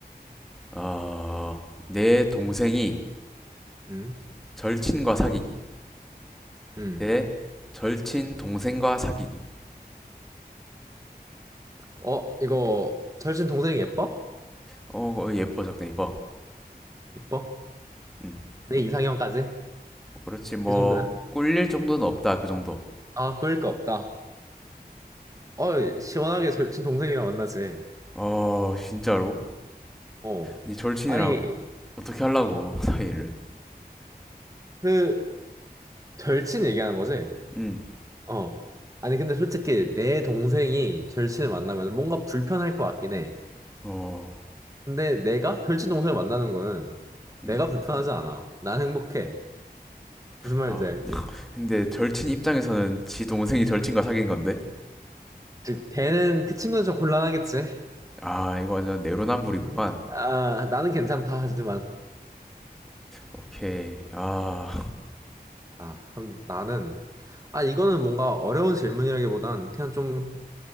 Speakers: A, in the centre; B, on the right.
A: 어내 동생이
B: 음,
A: 절친과 사귀기
B: 음.
A: 대 절친 동생과 사귀기
B: 어, 이거 절친 동생이 예뻐?
A: 어 어, 예뻐 적당 예뻐
B: 예뻐?
A: 음
B: 내 이상형까지?
A: 그렇지 뭐
B: 그 정도야?
A: 꿀릴 정도는 없다 그 정도
B: 아, 그럴 거 없다. 어, 시원하게 절친 동생이랑 만나지.
A: 어 진짜로
B: 어.
A: 네 절친이랑
B: 아니,
A: 어떻게 하려고 사이를
B: 그, 절친 얘기하는 거지?
A: 음
B: 어. 아니, 근데 솔직히 내 동생이 절친을 만나면 뭔가 불편할 것 같긴 해.
A: 어
B: 근데 내가 절친 동생을 만나는 거는
A: 음
B: 내가 불편하지 않아. 난 행복해. 무슨 말인지
A: 아
B: 알지?
A: 근데 절친 입장에서는 지 동생이 절친과 사귄 건데?
B: 즉, 걔는, 그 친구는 좀 곤란하겠지?
A: 아, 이거 완전 내로남불이구만.
B: 아, 나는 괜찮다, 하지만.
A: 오케이. 아,
B: 아, 그럼 나는. 아, 이거는 뭔가 어려운 질문이라기보단 그냥 좀